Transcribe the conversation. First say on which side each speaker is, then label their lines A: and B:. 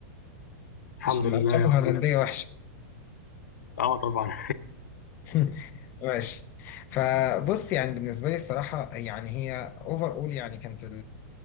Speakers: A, on the left; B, on the left.
A: الحمد
B: عشان
A: لله
B: الارقام
A: يا
B: الهولنديه
A: اخويا
B: وحشه
A: اه طبعا
B: <laughs> ماشي فبص يعني بالنسبه لي الصراحه يعني هي اوفر اول يعني كانت